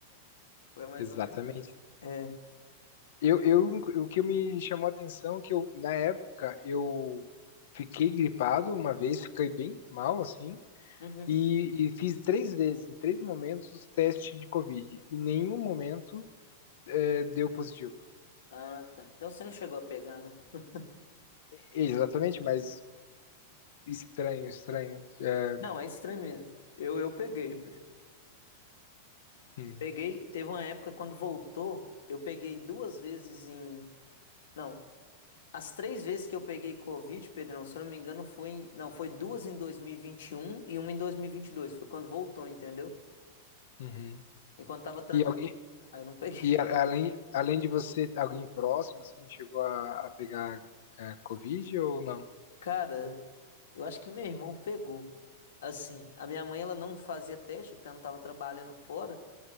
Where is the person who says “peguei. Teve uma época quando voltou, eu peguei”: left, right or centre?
Left